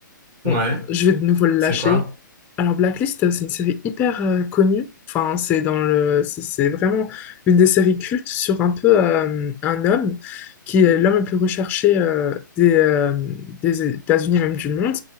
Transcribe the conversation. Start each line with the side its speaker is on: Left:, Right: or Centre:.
Right: Ouais,
Left: Bon, je vais de nouveau le lâcher.
Right: c'est quoi?
Left: Alors, Blacklist, c'est une série hyper euh, connue. Enfin, c'est dans le, c'est c'est vraiment une des séries cultes sur un peu euh, un homme qui est l'homme le plus recherché euh, des, euh, des États-Unis, même du monde,